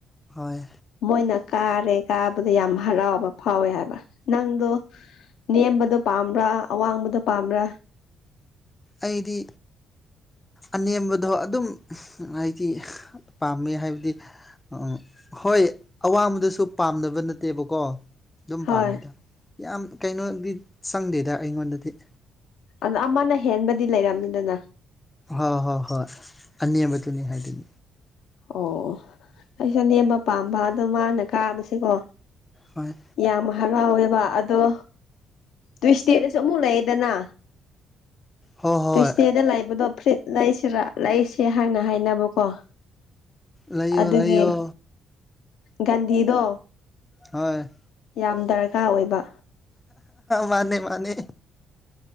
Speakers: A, on the left; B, on the left.
A: ꯍꯣꯏ
B: ꯃꯣꯏꯅ ꯀꯥꯔꯦ ꯀꯥꯕꯗ ꯌꯥꯝ ꯍꯔꯥꯎꯕ ꯐꯥꯎꯋꯦ ꯍꯥꯏꯕ ꯅꯪꯗꯣ ꯅꯦꯝꯕꯗꯣ ꯄꯥꯝꯕ꯭ꯔ ꯑꯋꯥꯡꯕꯗ ꯄꯥꯝꯕ꯭ꯔ
A: ꯑꯩꯗꯤ ꯑꯅꯦꯝꯕꯗꯣ ꯑꯗꯨꯝ ꯍꯥꯏꯗꯤ ꯄꯥꯝꯃꯦ ꯍꯥꯏꯕꯗꯤ ꯑꯪ ꯍꯣꯏ ꯑꯋꯥꯕꯗꯨꯁꯨ ꯄꯥꯝꯗꯕ ꯅꯠꯇꯦꯕꯀꯣ ꯑꯗꯨꯝ
B: ꯍꯣꯏ
A: ꯄꯥꯝꯃꯦꯗ ꯌꯥꯝ ꯀꯩꯅꯣꯗꯤ ꯆꯪꯗꯦꯗ ꯑꯩꯉꯣꯟꯗꯗꯤ
B: ꯑꯗꯣ ꯑꯃꯅ ꯍꯦꯟꯕꯗꯤ ꯂꯩꯔꯝꯅꯤꯗꯅ
A: ꯍꯣꯏ ꯍꯣꯏ ꯍꯣꯏ ꯑꯅꯦꯝꯕꯗꯨꯅꯤ ꯍꯥꯏꯗꯤ
B: ꯑꯣ ꯑꯣ ꯑꯩꯁꯨ ꯑꯅꯦꯝꯕ ꯄꯥꯝꯕ ꯑꯗꯣ ꯃꯥꯅ ꯀꯥꯕꯁꯦꯀꯣ
A: ꯍꯣꯏ
B: ꯌꯥꯝ ꯍꯔꯥꯎꯋꯦꯕ ꯑꯗꯣ ꯇꯨꯏꯁꯗꯦꯗꯁꯨ ꯑꯃꯨꯛ ꯂꯩꯌꯦꯗꯅ
A: ꯍꯣꯏ ꯍꯣꯏ
B: ꯇꯨꯏꯁꯗꯦꯗ ꯂꯩꯕꯗꯣ ꯐ꯭ꯔꯤꯠ ꯂꯩꯁꯤꯔꯥ ꯂꯩꯁꯦ ꯍꯥꯏꯅ ꯍꯥꯏꯅꯕꯀꯣ
A: ꯂꯩꯌꯣ
B: ꯑꯗꯨꯒꯤ
A: ꯂꯩꯌꯣ
B: ꯒꯥꯟꯙꯤꯗꯣ
A: ꯍꯣꯏ
B: ꯌꯥꯝ ꯗꯔꯀꯥꯔ ꯑꯣꯏꯕ
A: ꯃꯥꯅꯦ ꯃꯥꯅꯦ